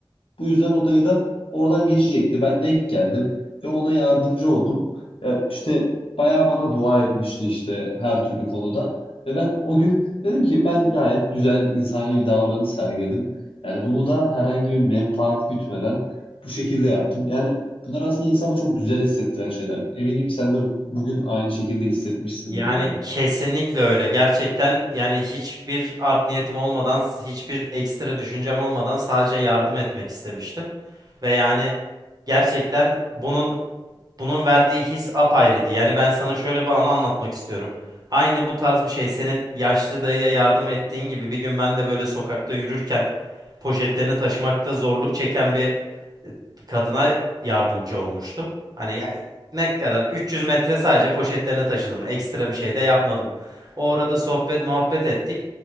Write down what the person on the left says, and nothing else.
Bu yüzden odayı da oradan geçecekti. Ben denk geldim ve ona yardımcı oldum. E, işte bayağı bana dua etmişti işte her türlü konuda. Ve ben o gün dedim ki ben gayet güzel insani bir davranış sergiledim. Yani bunu da herhangi bir menfaat gütmeden bu şekilde yaptım. Yani bunlar aslında insanı çok güzel hissettiren şeyler. Eminim ki sen de bugün aynı şekilde hissetmişsindir
yani.